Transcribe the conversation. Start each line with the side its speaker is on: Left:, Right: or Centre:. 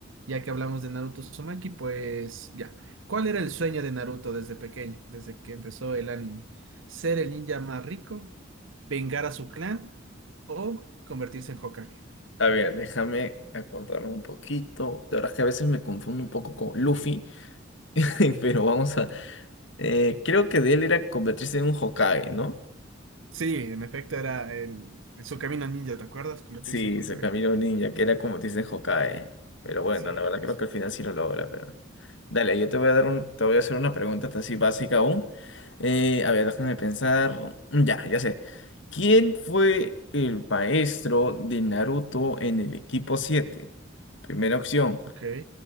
Right: Ya que hablamos de Naruto Uzumaki, pues ya. ¿Cuál era el sueño de Naruto desde pequeño, desde que empezó el anime? ¿Ser el ninja más rico, vengar a su clan o convertirse en Hokage?
Left: A ver, déjame acordarme un poquito. La verdad es que a veces me confundo un poco con Luffy, <laughs> pero vamos a. eh, creo que de él era convertirse en un Hokage, ¿no?
Right: Sí, en efecto era el, su camino ninja, ¿te acuerdas? Convertirse
Left: Sí,
Right: en Hokage.
Left: se Camilo Ninja, que era como te dicen Hokage. Pero bueno,
Right: Sí,
Left: la verdad
Right: eso.
Left: creo que al final sí lo logra, pero. Dale, yo te voy a dar un, te voy a hacer una pregunta así básica aún. Eh, a ver, déjame pensar. Mm, Ya, ya sé. ¿Quién fue el maestro de Naruto en el equipo 7? Primera opción
Right: Ok,